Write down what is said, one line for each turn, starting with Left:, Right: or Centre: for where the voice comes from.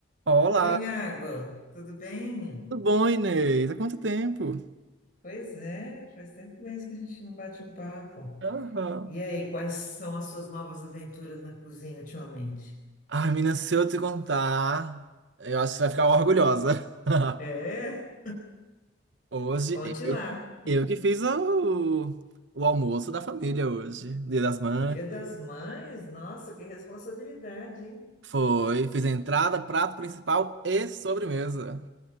Right: Olá,
Left: Oi, Iago, tudo bem?
Right: tudo bom, Inês? Há quanto tempo?
Left: Pois é, faz tempo mesmo que a gente não bate um papo.
Right: Aham.
Left: E aí, quais são as suas novas aventuras na cozinha ultimamente?
Right: Ai, menina, se eu te contar, eu acho que você vai ficar orgulhosa. <laughs>
Left: É,
Right: Hoje,
Left: conte
Right: eu,
Left: lá.
Right: eu que fiz o, o almoço da família hoje, Dia das Mães.
Left: No Dia das Mães, nossa, que responsabilidade, hein?
Right: Foi, fiz a entrada, prato principal e sobremesa.